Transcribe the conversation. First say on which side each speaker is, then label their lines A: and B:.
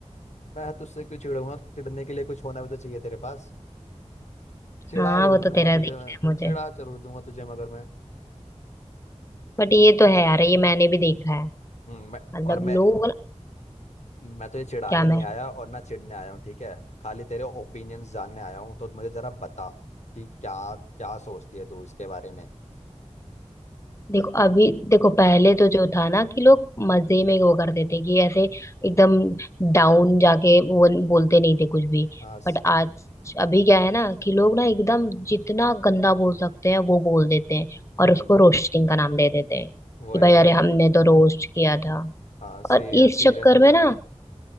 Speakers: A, on the left (about 70°); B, on the left (about 25°).
A: मैं तुझसे क्यों चिढ़ूंगा चिढ़ने के लिए कुछ होना भी तो चाहिए तेरे पास चिढ़ा
B: हाँ
A: जरूर
B: वो तो
A: दूंगा
B: तेरा
A: तुझे
B: दिखता
A: मैं
B: है मुझे
A: चिढ़ा जरूर दूंगा तुझे मगर मैं
B: बट ये तो है यार ये मैंने भी देखा है
A: हम्म, मैं
B: मतलब
A: और मैं
B: लोग ना-
A: मैं तो ये चिढ़ाने
B: क्या मैं
A: नहीं आया और ना चिढ़ने आया हूँ ठीक है खाली तेरे ओपिनियंस जानने आया हूँ तो मुझे जरा बता कि क्या क्या सोचती है तू इसके बारे में
B: देखो अभी देखो पहले तो जो था ना कि लोग मजे में वो करते थे कि ऐसे एकदम डाउन जाके वो बोलते नहीं थे कुछ भी
A: हाँ
B: बट आज अभी क्या है ना कि लोग ना एकदम जितना गंदा बोल सकते हैं वो बोल देते हैं और
A: हम्म
B: उसको रोस्टिंग का नाम दे देते हैं
A: वही
B: कि भाई
A: मतलब
B: अरे हमने तो रोस्ट किया था
A: हाँ सीरियस
B: और इस
A: सीरियस
B: चक्कर
A: हो जाते
B: में ना
A: हैं